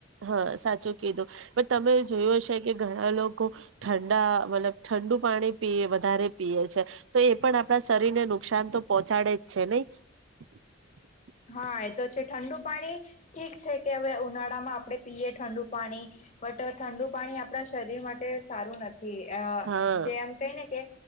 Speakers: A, on the right; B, on the left.
A: હા સાચું કીધું પણ તમે જોયું હ છે કે ઘણા લોકો ઠંડા મતલબ ઠંડુ પાણી પી વધારે પીએ છે તો એ પણ આપણા શરીરને નુકસાન તો પહોંચાડે જ છે નહી. <inaudible>
B: હા એ તો છે ઠંડુ પાણી ઠીક છે કે હવે ઉનાળામાં આપણે પીએ ઠંડુ પાણી બટ ઠંડુ પાણી આપણા શરીર માટે સારું નથી અ
A: હા
B: જે એમ કઈને કે